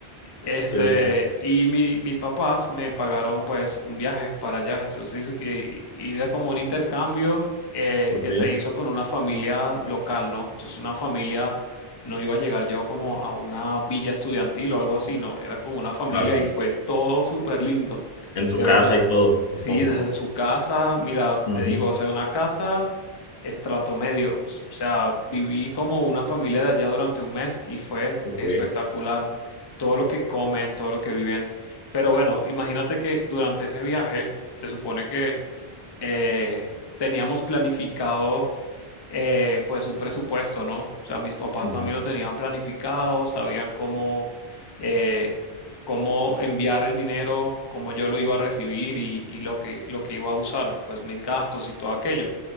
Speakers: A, on the left (about 35°); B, on the left (about 70°).
A: Este,
B: Sí, sí, sí.
A: y mi- mis papás me pagaron pues un viaje para allá. Entonces, y, y era como un intercambio eh,
B: Ok,
A: que se hizo con una familia local, ¿no? Entonces, una familia, no iba a llegar yo como a una villa estudiantil o algo así, no, era como una familia
B: claro.
A: y fue todo súper lindo.
B: En su
A: De
B: casa
A: verdad
B: y todo, supongo.
A: Sí, desde su casa, mira,
B: Ujú.
A: te digo, o sea, una casa estrato medio. O sea, viví como una familia de allá durante un mes y fue
B: Ok,
A: espectacular. Todo lo que comen, todo lo que viven. Pero bueno, imagínate que durante ese viaje, se supone que eh, teníamos planificado eh, pues un presupuesto, ¿no? O sea, mis papás
B: ujú.
A: también lo tenían planificado, sabían cómo, eh, cómo enviar el dinero, cómo yo lo iba a recibir y, y lo que, lo que iba a usar, pues mis gastos y todo aquello.